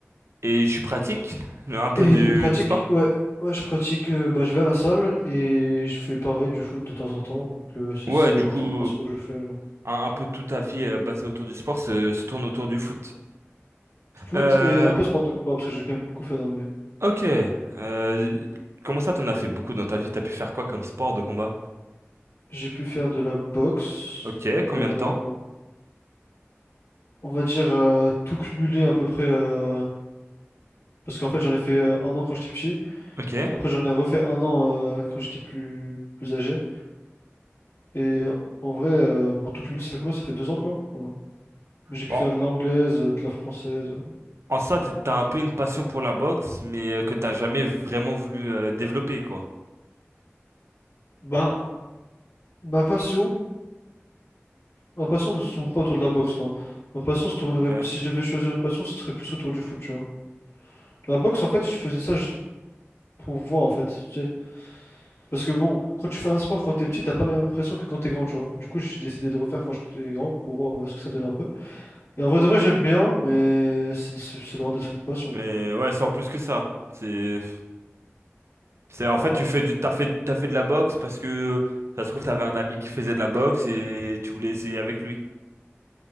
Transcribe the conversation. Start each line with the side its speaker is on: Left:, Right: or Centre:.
Right: Et je suis pratique? euh, Un peu
Left: Et
Right: du,
Left: je pratique,
Right: du sport?
Left: ouais, ouais, je pratique, euh, bah, je vais à la salle et je fais pareil du foot de temps en temps. Donc, euh, c'est
Right: Ouais,
Left: c'est
Right: du
Left: le
Right: coup,
Left: truc principal que je fais, genre.
Right: un, un peu toute ta vie euh, basée autour du sport se, se tourne autour du foot.
Left: Foot
Right: Euh,
Left: et un peu sport de combat parce que j'ai quand même beaucoup fait dans ma vie.
Right: ok. Euh, comment ça, t'en as fait beaucoup dans ta vie? T'as pu faire quoi comme sport de combat?
Left: J'ai pu faire de la boxe,
Right: Ok, combien
Left: euh,
Right: de temps?
Left: on va dire euh, tout cumuler à peu près. euh, parce qu'en fait, j'en ai fait euh, un an quand j'étais petit.
Right: Ok.
Left: Après, j'en ai refait un an euh, quand j'étais plus, plus âgé. Et en vrai, euh, bon, tout cumulé, ça fait combien? Ça fait deux ans, quoi. Voilà. Mais J'ai pu
Right: Bon,
Left: faire de l'anglaise, euh, de la française. euh.
Right: en ça, t'es- t'as un peu une passion pour la boxe, mais euh, que t'as jamais vraiment voulu euh, développer, quoi.
Left: Ben, ma passion, ma passion ne se tourne pas autour de la boxe, non. Ma passion se tournerait,
Right: Ok.
Left: si je devais choisir une passion, ce serait plus autour du foot, tu vois. La boxe, en fait, je faisais ça juste pour voir, en fait, tu sais. Parce que bon, quand tu fais un sport quand t'es petit, t'as pas la même pression que quand t'es grand, tu vois. Du coup, j'ai décidé de refaire quand j'étais grand pour voir euh, ce que ça donnait un peu. Et en vrai de vrai, j'aime bien, mais c'est c'est- c'est loin d'être une passion.
Right: Mais
Left: hein.
Right: ouais, c'est en plus que ça. C'est C'est en
Left: Waouh.
Right: fait tu fais du t'as fait t'as fait de la boxe parce que ça se trouve t'avais un ami qui faisait de la boxe et tu voulais essayer avec lui.